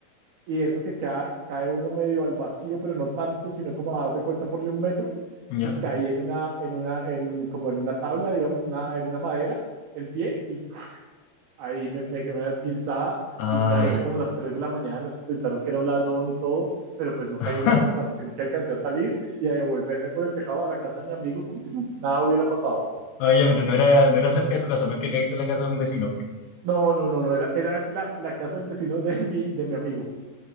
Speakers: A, on the right; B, on the left.
A: y eso que cae, cae uno medio al vacío, pero no tanto, sino como das de cuenta por un metro
B: ya.
A: y caí en una, en una, en un, como en una tabla, digamos, una, en una madera, el pie y ahí me, me quedé una esguinzada
B: Ay.
A: y claro, era como las 3 de la mañana, eso pensaron que era un ladrón y todo, pero pues no
B: <laughs>
A: caí en la otra casa, sino que alcancé a salir y a devolverme por el tejado a la casa de mi amigo como si no, nada hubiera pasado.
B: Ay, ya, pero no era, no era cerca de tu casa, no es que caíste en la casa de un vecino, por ejemplo.
A: No, no, no, no, era, era la, la casa del vecino de mi, de mi amigo.